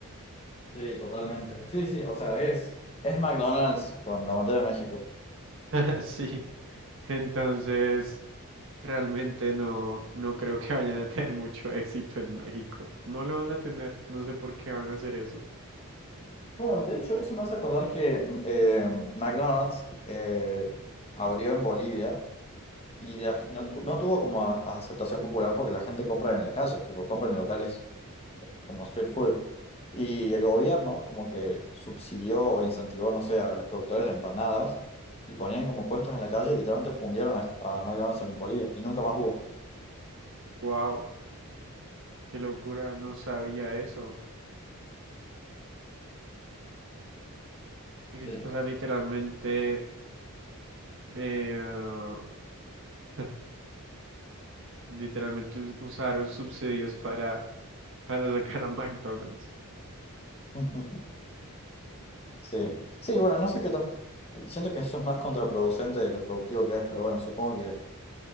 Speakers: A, on the left (about 25°); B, on the right (about 60°).
A: Sí, totalmente. Sí, sí, o sea, es, es McDonald's con la bandera de México.
B: <laughs> Sí. Entonces, realmente no, no creo que vayan a tener mucho éxito en México. No lo van a tener, no sé por qué van a hacer eso.
A: Bueno, de hecho, eso me hace acordar que eh, McDonald's eh, abrió en Bolivia. Y la- no, tu- no tuvo como a- a aceptación popular porque la gente compra en la calle, tipo, compra en locales como street food. Y el gobierno como que subsidió o incentivó, no sé, a los productores de empanadas y ponían como puestos en la calle y literalmente fundieron a, a McDonald's en Bolivia y nunca más hubo.
B: Wow, qué locura, no sabía eso. Lit-
A: Sí.
B: O sea, literalmente, eh, <laughs> literalmente us- usaron subsidios para, para sacar a McDonald's.
A: <laughs> Sí,
B: <laughs>
A: sí, bueno, no sé qué tan... Siento que eso es más contraproducente de lo productivo que es, pero bueno, supongo que,